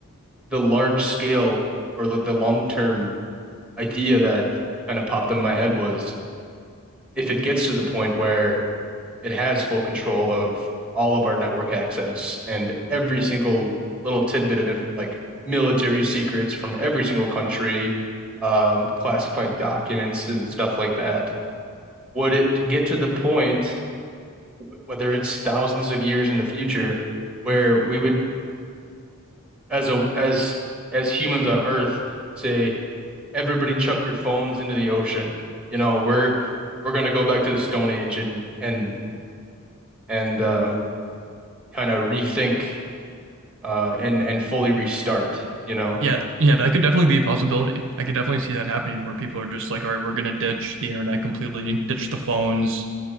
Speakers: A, in the centre; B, on the right.
A: the large scale or the, the long term idea that kind of popped in my head was if it gets to the point where it has full control of all of our network access and every single little tidbit of like military secrets from every single country, um, classified documents and stuff like that. Would it get to the point, whether it's thousands of years in the future, where we would, as a as as humans on Earth, say, everybody chuck your phones into the ocean. You know, we're we're gonna go back to the Stone Age and and and uh, kind of rethink uh, and and fully restart, you know?
B: Yeah, yeah, that could definitely be a possibility. I could definitely see that happening where people are just like, all right, we're gonna ditch the internet completely, ditch the phones.